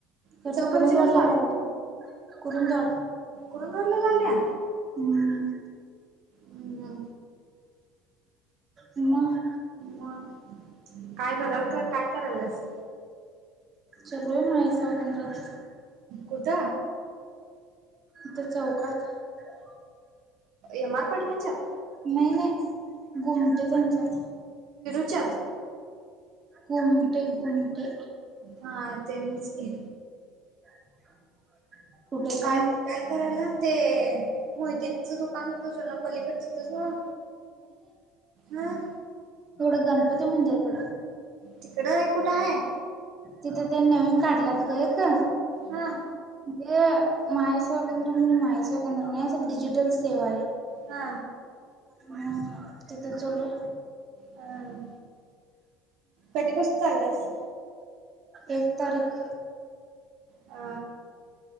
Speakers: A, on the right; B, on the right.
A: इचलकरंजीलाच
B: घरचे कुरुंदवाड लागल्या कुरुंदवाड
A: कुरुंदवाड लावल्या
B: हम
A: ह
B: मग
A: मग काय घरात काय कराल्यास
B: चाललय महेश काकांच्यात
A: कुठ
B: इथे चौकात इथं
A: एम आर पाटलांच्यात
B: नाही नाही घुमते त्यांच्यात
A: चात
B: घुमते घुमते
A: हा ते मीच की
B: <inaudible> सांग
A: काय काय करायला ते मोहित्यांचं दुकान होत जुन पलीकड तिथेच नव्ह हम
B: तिकडं गणपती मंदिरकडं
A: तिकड हाय कुठं हाय
B: तिथे ते नवीन काढल्यात ग एक म्हणे
A: हा
B: माहे स्वकंद्रम महावीर सेवा केंद्र नाही अस डिजिटल सेवा आहे
A: हा
B: हम् तिथे चाललोय
A: हम कधीपासून झाल्यास
B: एक तारीख
A: आ